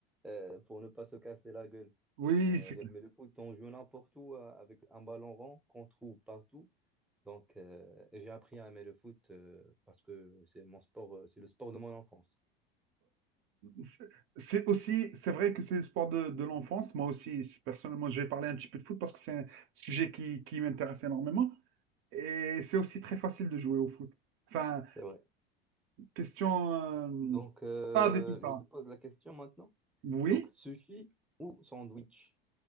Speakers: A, in the centre; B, on the right.
A: euh, pour ne pas se casser la gueule.
B: oui,
A: Mais
B: c'est
A: le,
B: clair.
A: mais le foot, on joue n'importe où euh, avec un ballon rond qu'on trouve partout. Donc, euh, et j'ai appris à aimer le foot euh, parce que c'est mon sport, euh, c'est le sport de mon enfance.
B: C'est c'est aussi, c'est vrai que c'est le sport de, de l'enfance. Moi aussi, personnellement, je vais parler un petit peu de foot parce que c'est un sujet qui, qui m'intéresse énormément. Et c'est aussi très facile de jouer au foot. Enfin,
A: C'est vrai.
B: question euh,
A: Donc, euh,
B: stade et tout ça.
A: je te pose la question maintenant.
B: Oui,
A: Donc, sushi ou sandwich,